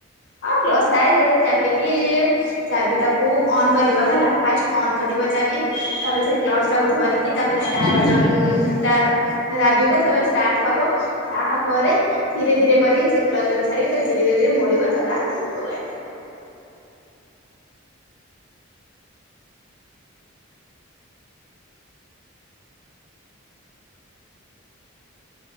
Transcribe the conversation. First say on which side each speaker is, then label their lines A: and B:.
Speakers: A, on the left; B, on the left.
A: ହଁ କ୍ଲସ ଥାଏ <unintelligible> ଚାପିକି ଚାବିଟାକୁ ଅନ୍ କରିବ ହେଲା। ଫାଷ୍ଟ ଅନ୍ କରିବ ଚାବି ତାପରେ ସେ କ୍ଲଜ ଟାକୁ ଧରିକି ତାପରେ ଷ୍ଟାର୍ଟ
B: ଆଚ୍ଛା
A: ଭଜନ
B: ଆଚ୍ଛା ଟିକେ
A: ଟା ଦାବିବ ତାପରେ ଷ୍ଟାର୍ଟ ହବ। ତାପରେ ଧୀରେ ଧୀରେ କରି ସେ କ୍ଲଜ ମାନେ ଛଡିକେ ତାଙ୍କୁ ଧୀରେ ଧୀରେ ଧୀରେ ମୋଡିବ ତାପରେ ଆଗକୁ ଯିବ ଗାଡି।